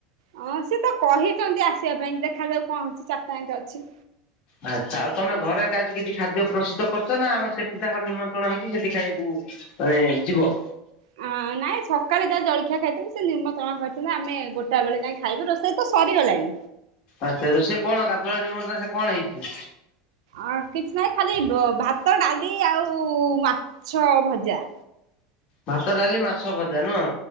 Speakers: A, on the right (about 85°); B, on the left (about 35°).
A: ହଁ ସେ ତ କହିଛନ୍ତି ଆସିବା ପାଇଁ ଦେଖାଯାଉ କଣ ହଉଛି ଚାରିଟା ଆଙ୍କେ ଅଛି।
B: ଆଚ୍ଛା ଆଉ ତମ ଘରେ ଆଜି କିଛି ଖାଦ୍ୟ ପ୍ରସ୍ତୁତ କରିଛ ନା ଆମର ସେଠି ତାଙ୍କର ନିମନ୍ତ୍ରଣ ହେଇଛି ସେଠି ଖାଇବାକୁ ମାନେ ଯିବ।
A: ହଁ, ନାଇଁ ସକାଳେ ଯାହା ଜଳଖିଆ ଖାଇଥଥିଲୁ ସେ ନିମନ୍ତ୍ରଶ କରିଛନ୍ତି ଆମେ ଗୋଟା ବେଳେ ଯାଇ ଖାଇବୁ ରୋଷେଇ ତ ସରିଗଲାଣି।
B: ଆଚ୍ଛା ରୋଷେଇ କଣ ଗାଧୁଆଳେ ନିମନ୍ତ୍ରଣ ସେ କଣ ହେଇଛି।
A: ଆଉ କିଛି ନାହିଁ ଖାଲି ଭାତ ଡାଲି ଆଉ ମାଛ ଭଜା।
B: ଭାତ, ଡାଲି, ମାଛ ଭଜା ନୁହଁ?